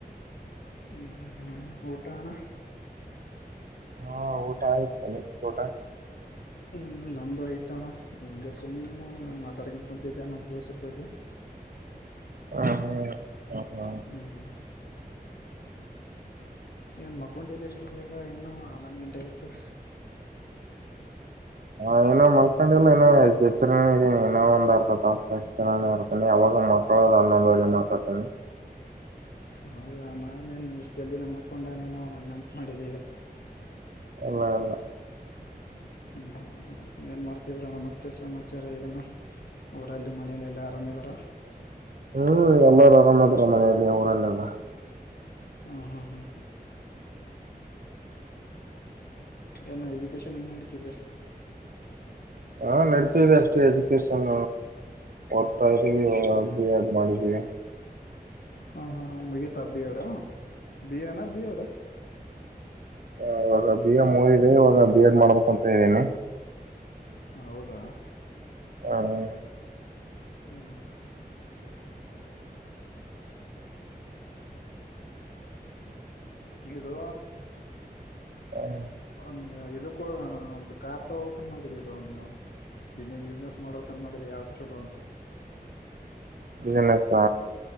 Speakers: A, on the left; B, on the right.
A: ಹ ಹಾ ಊಟಣ
B: ಹಾ ಊಟ ಆಯ್ತು ನಿಮ್ದು ಊಟ
A: ಹ್ಮ್ ನ್ದು ಆಯ್ತಣ್ಣ ಹಗೆ ಸುಮ್ಮನೆ ಮಾತಾಡ್ಕೊಂಡ್ ಕುಂತಿದ್ದ ನಮ ದೋಸ್ರ ಬಗ್ಗೆ
B: ಹಾ ಹಾ ಹಾ
A: ಹ್ಮ್ ಹ್ಮ್ ಏನ್ ಮತ್ತ ಕುಕೊಂಡಲಿ ಎಷ್ಟು ಬೇಗ ಇನ್ನುೂ ಆ ನಂದ ಗಂಟೆ ಆತ್ತು
B: ಹ ಏನೋ ಮಲ್ಕೊಂಡಲ್ಲ ಏನೋನೋ ಒಂದ್ ಇರ್ತ ಎಷ್ಟ ಚ ಇರ್ತಿ ಅವಾಗ ಮಕ್ಕಳ ಅನ್ನ ಬರೆ ಮಾತಾತನೆ
A: ಹೌದ ನಾನೇನು ಇಷ್ಟು ಜಲ್ದಿನ ಮಕ್ಕೊಂಡನೇನು ಹಂಗಂತು ಮಾಡಿದ್ದೀವಿ
B: ಇಲ್ಲ ಇಲ್ಲ
A: ಹ್ಮ ಏನ್ ಮಾಡ್ತಿದ್ರಣ ಮತ್ತೆ ಸಮಾಚಾರ ಏನ ಅವಊರಲ್ಲಿ ಮನಲೆೆಲ್ಲ ಆರಾಮ್ದಾರ
B: ಹ್ಮ್ ಎಲ್ಲಾರೂ ಆರಾಮದರ ಮನೆಯಲ್ಲಿ ಅವರಲ್ಲೆಲ್ಲ
A: ಹಾ ಹಾ ಹಾ ಏನುೋ ಎಜುಕೇೇಶನ್ ಹೆಂಗೆ ನಡ್ತಿದ್ದೆ
B: ಹಾ ನಡತಿದೆ ಅಷ್ಟೇ ಎಜುಕೇಷನ್ ಓಡ್ತಾ ಇದೀವಿ ಅ ಅ ಮಾಡಿದೀವಿ
A: ಹಾ ಹಾ ಹಾ ಮಗಿತಾ ಬಿಎಡ್ ಬಿ ಎನ ಬಿಎಡ್
B: ಹ ಇವಾಗ ಬಿ ಎಂಮೂದೆ ಇವಾಗ ಬಿ ಎಡ್ ಮಾಡ್ಬೇಕು ಅಂತ ಇದ್ದೀನಿ
A: ಹೌದಾ
B: ಹ್ಮ
A: ಹ್ಮ ಹ್ಮ ಹ್ಮ ಇದು
B: ಹ
A: ಒಂದು ಇಕ್ಕೂ ಒಂದು ಕಾರ್ ತಗೋಕ ಮಾಡಿದ ಇದು ಒಂದು ಬಿಸ್ನೆಸ್ ಗಿಸ್ನೆಸ್ ಮಾಡೋಕ್ ಅಂದ ಮಾಡಿದೆ ಯಾವ್ದ ಚಛಲೋ ಅಂತೂ
B: ಬಿಸಿನಸ್